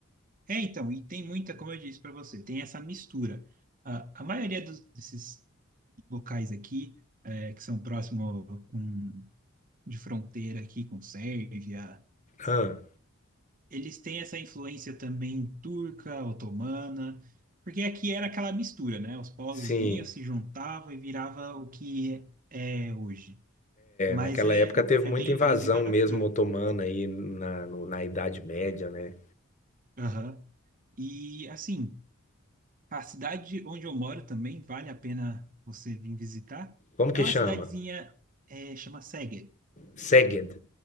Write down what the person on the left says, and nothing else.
Ah,
sim.
Naquela
época teve
muita
invasão
mesmo otomana aí na, no- na Idade Média, né?
Como
que
chama?
Seged.